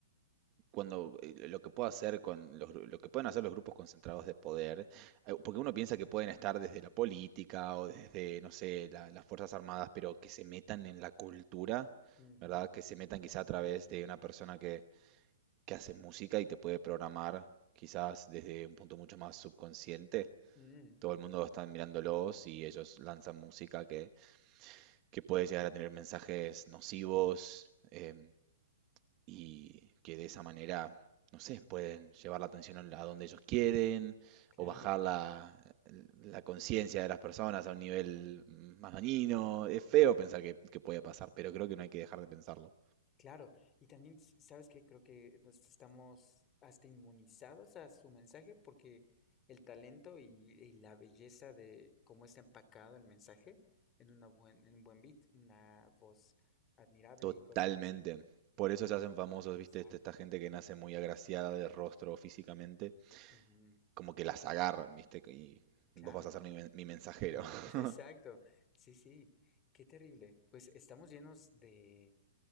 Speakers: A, on the right; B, on the left.
A: cuando eh, lo que puedo hacer con los, gru- lo que pueden hacer los grupos concentrados de poder, eh, porque uno piensa que pueden estar desde la política o desde, no sé, la- las Fuerzas Armadas, pero que se metan en la cultura,
B: Ujú.
A: ¿verdad? Que se metan quizá a través de una persona que que hace música y te puede programar quizás desde un punto mucho más subconsciente.
B: Mm,
A: Todo el mundo está mirándolos y ellos lanzan música que, que puede llegar a tener mensajes nocivos em, y que de esa manera, no sé, pueden llevar la atención a donde ellos quieren
B: claro,
A: o bajar la, la conciencia de las personas a un nivel más dañino. Es feo pensar que, que puede pasar, pero creo que no hay que dejar de pensarlo.
B: claro. Y también, s- ¿sabes qué? Creo que nos estamos hasta inmunizados a su mensaje porque el talento y, y la belleza de cómo está empacado el mensaje en, una buen, en un buen beat, una voz admirable
A: Totalmente.
B: y cosas así.
A: Por eso se hacen famosos, ¿viste?
B: Exacto.
A: Esta, esta gente que nace muy agraciada de rostro físicamente,
B: Ujú,
A: como que las agarran, ¿viste? Y
B: Claro.
A: vos vas a ser mi, men- mi mensajero. <laughs>
B: Exacto. Sí, sí. Qué terrible. Pues estamos llenos de,